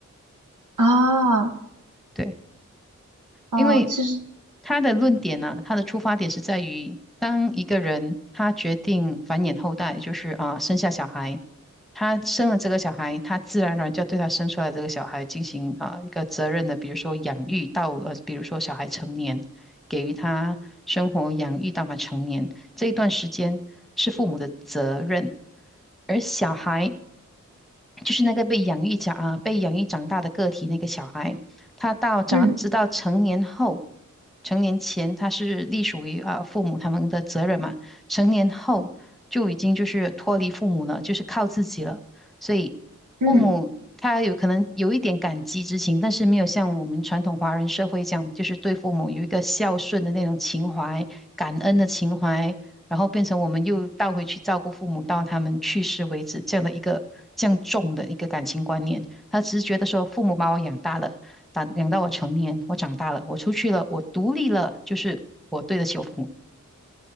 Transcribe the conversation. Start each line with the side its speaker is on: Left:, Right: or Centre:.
Right: 啊，
Centre: 对。
Right: 哦，
Centre: 因为
Right: 其实，
Centre: 他的论点呢、他的出发点是在于，当一个人他决定繁衍后代，就是啊、生下小孩，他生了这个小孩，他自然而然就要对他生出来的这个小孩进行啊、一个责任的，比如说养育到呃，比如说小孩成年，给予他生活养育到他成年这一段时间是父母的责任，而小孩就是那个被养育长啊、被养育长大的个体那个小孩，他到长直到成年后，
Right: 嗯
Centre: 成年前他是隶属于啊、父母他们的责任嘛，成年后就已经就是脱离父母了，就是靠自己了，所以
Right: 嗯，
Centre: 父母。他有可能有一点感激之情，但是没有像我们传统华人社会这样，就是对父母有一个孝顺的那种情怀、感恩的情怀，然后变成我们又倒回去照顾父母到他们去世为止，这样的一个这样重的一个感情观念。他只是觉得说，父母把我养大了，养养到我成年，我长大了，我出去了，我独立了，就是我对得起我父母。